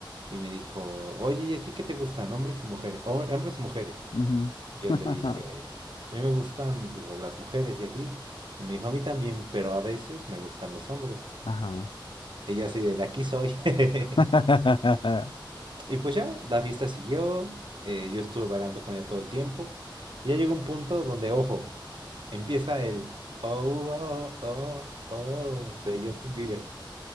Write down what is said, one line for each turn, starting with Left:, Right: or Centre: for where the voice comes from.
Right: y me dijo, oye, ¿y a ti qué te gustan, hombres y mujeres? Hom- ¿Hombres o mujeres?
Left: ujú.
Right: Y yo
Left: <laughs>
Right: le dije, a mí me gustan la- las mujeres y a ti. Y me dijo, a mí también, pero a veces me gustan los hombres.
Left: Ajá.
Right: Ella así de, de aquí soy.
Left: <laughs>
Right: <laughs> Y pues ya, la fiesta siguió, eh, yo estuve bailando con ella todo el tiempo. Y ya llegó un punto donde, ojo, empieza el oh, oh, oh, oh de Justin Bieber.